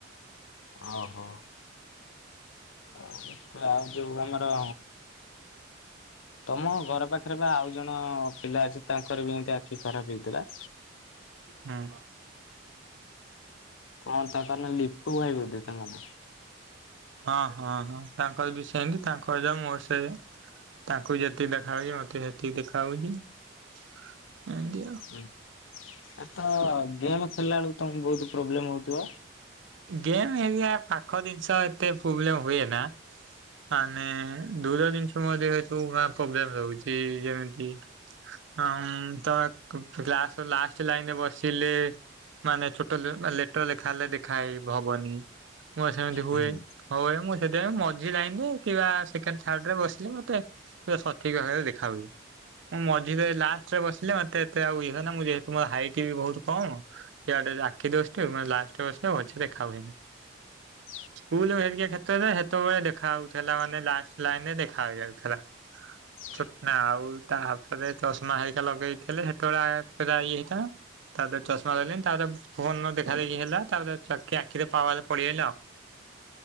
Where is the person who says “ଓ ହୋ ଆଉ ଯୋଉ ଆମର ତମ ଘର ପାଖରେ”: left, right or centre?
Left